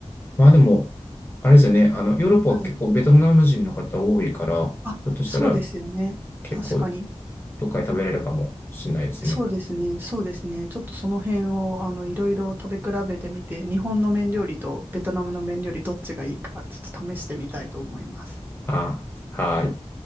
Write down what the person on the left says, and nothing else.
まあでも、あれですよね、あの、ヨーロッパは結構ベトナム人の方多いから、
ひょっとしたら
結構
どっかで食べれるかもしれないですね。
あ、はい。